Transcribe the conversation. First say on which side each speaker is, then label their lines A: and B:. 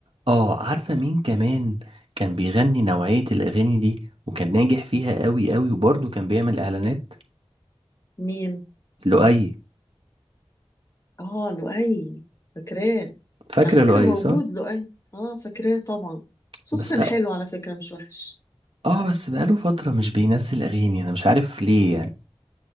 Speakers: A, on the right; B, on the left.
A: اه عارفة مين كمان كان بيغني نوعية الأغاني دي وكان ناجح فيها قوي قوي وبرضه كان بيعمل إعلانات
B: مين؟
A: لؤي
B: اه لؤي فاكراه
A: فاكرة
B: على فكرة
A: لؤي
B: موجود
A: صح؟
B: لؤي اه فاكراه طبعا صوته
A: بس
B: كان
A: بقى
B: حلو على فكرة مش وحش
A: اه بس بقاله فترة مش بينزل أغاني أنا مش عارف ليه يعني